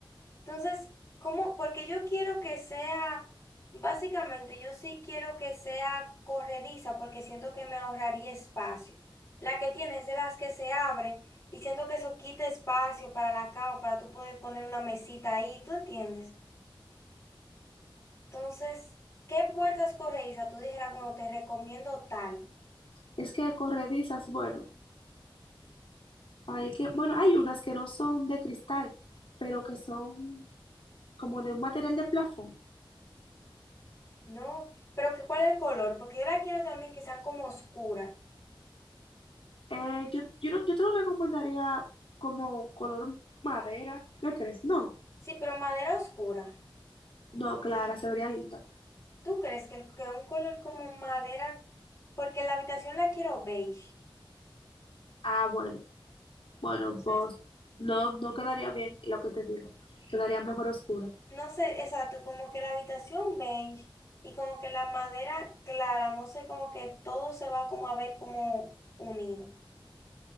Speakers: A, on the left; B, on the left.
A: Entonces, ¿cómo? Porque yo quiero que sea, básicamente, yo sí quiero que sea corrediza porque siento que me ahorraría espacio. La que tienes de las que se abren y siento que eso quita espacio para la cama, para tú poder poner una mesita ahí, ¿tú entiendes? Entonces, ¿qué puertas corredizas tú dijeras, bueno, te recomiendo tal?
B: Es que corredizas, bueno, hay que, bueno, hay unas que no son de cristal, pero que son como de un material de plafón.
A: No, pero que, ¿cuál es el color? Porque yo la quiero también que sean como oscuras.
B: Eh, yo, yo, no- yo te lo recomendaría como color madera. ¿Qué crees? No.
A: Sí, pero madera oscura.
B: No, Clara, se vería linda.
A: ¿Tú crees que, el- que un color como madera, porque la habitación la quiero beige?
B: Ah, bueno, bueno,
A: Entonces,
B: pues no, no quedaría bien lo que te digo. Quedaría mejor oscura.
A: no sé, exacto, como que la habitación beige y como que la madera clara, no sé, como que todo se va como a ver como unido.